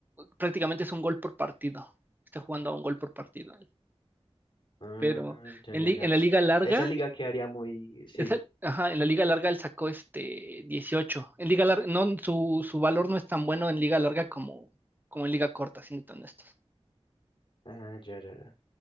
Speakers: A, on the right (about 15°); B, on the left (about 50°).
A: Prácticamente es un gol por partido. Está jugando a un gol por partido.
B: Ah,
A: pero
B: ah, ya,
A: en,
B: ya,
A: li-
B: ya.
A: en la liga larga,
B: Esa liga quedaría muy. Sí.
A: esa- ajá, en la liga larga él sacó este dieciocho En liga larga, no, su, su valor no es tan bueno en liga larga como, como en liga corta, siendo tan honestos.
B: Ah, ya, ya, ya.